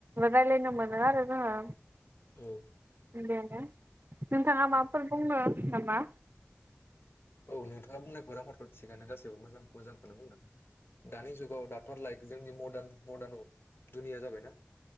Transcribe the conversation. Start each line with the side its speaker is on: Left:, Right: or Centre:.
Right: रायलायनो मोनो आरो जोङो।
Left: औ।
Right: <unintelligible> नोंथाङा माफोर बुंनो। हामा।
Left: औ नोंथाङा बुंनायफोराथ' थिगानो गासैबो मोजां मोजांखौनो बुंदों। दानि जुगाव दाथ' लाइक जोंनि म मदान मदार्न दुनिया जाबायना।